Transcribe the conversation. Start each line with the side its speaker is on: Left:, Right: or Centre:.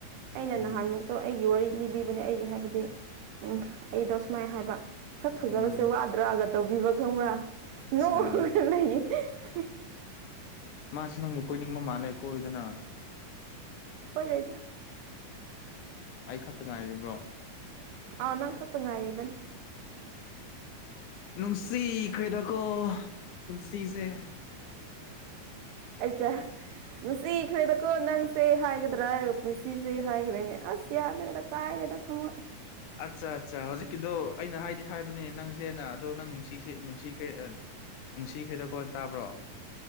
Right: ꯑꯩꯅ
Left: ꯎꯝ
Right: ꯅꯍꯥꯟꯃꯨꯛꯇꯣ ꯑꯩꯒꯤ ꯋꯥꯔꯤ ꯂꯤꯕꯤꯕꯅꯦ ꯑꯩꯒꯤ ꯍꯥꯏꯕꯗꯤ ꯎꯝ ꯑꯩꯗꯣ ꯁꯨꯃꯥꯏꯅ ꯍꯥꯏꯕ ꯁꯛ ꯐꯖꯕꯁꯦ
Left: ꯎꯝ
Right: ꯋꯥꯗ꯭ꯔꯥꯒ ꯇꯧꯕꯤꯕ ꯈꯪꯕ꯭ꯔꯥ
Left: ꯑꯠꯁꯥ
Right: ꯅꯣꯡ ꯂꯩ <unintelligible>
Left: ꯃꯥꯁꯤ ꯅꯪꯕꯨ ꯀꯣꯏꯅꯤꯡꯕ ꯃꯥꯜꯂꯦꯀꯣꯢꯌꯨꯗꯅ
Right: ꯀꯣꯏꯔꯣꯏꯗ
Left: ꯑꯩ ꯈꯛꯇ ꯉꯥꯏꯔꯤꯕ꯭ꯔꯣ
Right: ꯑꯥ ꯅꯪ ꯈꯛꯇ ꯉꯥꯏꯔꯤꯕꯅꯦ
Left: ꯅꯨꯡꯁꯤꯈꯦꯗꯀꯣ ꯄꯨꯟꯁꯤꯁꯦ <inaudible>
Right: ꯑꯩꯆꯥ ꯅꯨꯡꯁꯤꯈ꯭ꯔꯦꯗꯀꯣ ꯅꯪꯁꯦ ꯍꯥꯏꯒꯗ꯭ꯔꯥ ꯍꯥꯢꯔ ꯄꯨꯟꯁꯤꯁꯦ ꯍꯥꯏꯈ꯭ꯔꯦꯅꯦ ꯑꯁ ꯌꯥꯗ꯭ꯔꯦꯗ ꯀꯥꯏꯔꯦꯗ ꯊꯝꯃꯣꯢ
Left: ꯑꯠꯆꯥ ꯑꯠꯆꯥ ꯍꯧꯖꯤꯛꯀꯤꯗꯣ ꯑꯩꯅ ꯍꯥꯏꯗꯤ ꯍꯥꯏꯕꯅꯦ ꯅꯪꯁꯦꯅ ꯑꯗꯣ ꯅꯪ ꯅꯨꯡꯁꯤꯁꯦ ꯅꯨꯡꯁꯤꯈ꯭ꯔꯦ ꯑꯦ꯫ ꯅꯨꯡꯁꯤꯈꯔꯦꯗ ꯀꯣꯟ ꯇꯥꯕ꯭ꯔꯣ